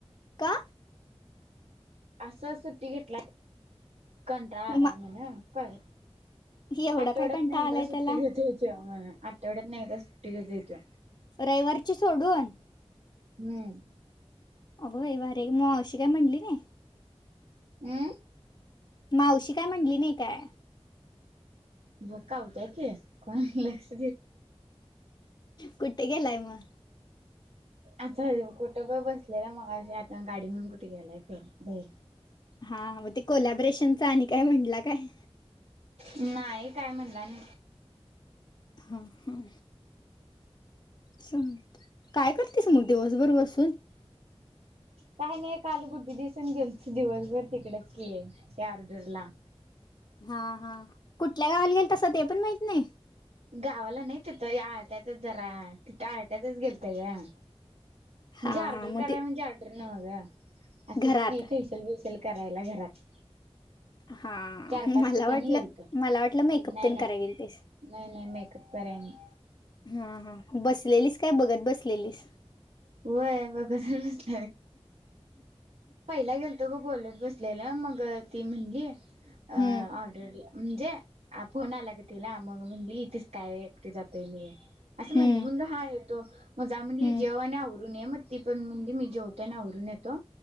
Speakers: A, on the left; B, on the right.
A: का?
B: असं सुट्टी घेतलाय कंटाळा आलाय
A: मा-
B: म्हण. कर
A: एवढा
B: आठवड्यातन
A: काय कंटाळा
B: एकदा
A: आलाय
B: सुट्टी
A: त्याला
B: घेतोय त्यो म्हण. आठवड्यातन एकदा सुट्टी घेतोय त्यो
A: रविवारची सोडून.
B: हम्म
A: अग बाई भारी आहे की मग मावशी काय म्हणली नाही.
B: हमं.
A: मावशी काय म्हणली नाही काय?
B: बकाव त्या्या क कोण लक्ष.
A: कुठ गलाय म
B: आच्छ कुठं प बसलेला मग अ आता गाडीहणून कुठे गेलाय फर बैर
A: हा मग ते कोलॅबरेशनच आणि काय म्हटलं काय?
B: नाही काय म्हणलं नाही.
A: हां हां. च काय करतेस मग दिवसभर बसून
B: काय नाही काल बुद्धी दिसन गेल दिवसभर तिकडच के या ऑर्डरला
A: हा हा कुठल्या गावाला गेल तसं ते पण माहित नाही.
B: गावाला नाही तथं आळत्यातच जरा तिथ आळत्यातच गेलत ग. म्हणजे
A: हा
B: ऑर्डर
A: हा मग
B: कराय
A: ते
B: म्हणजे ऑर्डर नघ अस
A: घरात
B: की फेशल बेशल करायला घरात
A: हा
B: चार पाच
A: मला
B: ठिकाणी
A: वाटलं
B: गेलतो
A: मला वाट.
B: नाही
A: प्न
B: नाही
A: करायेल ते
B: नाही नाही मेकअप कराय नाही
A: ह हा. बसलेलीस काय बघत बसलेलीस.
B: हो आहे मग कस? पहिला गेलतो ग बोलत बसलेला मग ती म्हणजे अ. म्हणजे
A: हम्म
B: फोन आला क तिला मग म्हण इथेच काय एकटे जातोय मी असं
A: हम्म
B: म्हणते म्हण हाय येतो मजा म्हणली
A: हम्म
B: जेव आणि ून मग ती पणणजे मी जेवताोय आणि आवरून येतो